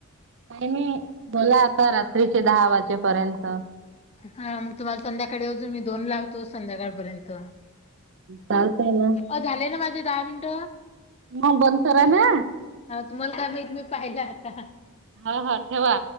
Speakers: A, on the right (about 55°); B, on the left (about 25°).
A: नाही नाही बोला आता रात्रीचे दहा वाजेपर्यंत
B: हा मग तुम्हाला संध्याकाळी अजून मी दोन लावतो संध्याकाळपर्यंत
A: चालतय ना.
B: ओ झाले ना माझे दहा मिनट
A: मग बंद करा ना.
B: तुम्हाला काय माहित मी पाहिलं आता
A: हा, हा ठेवा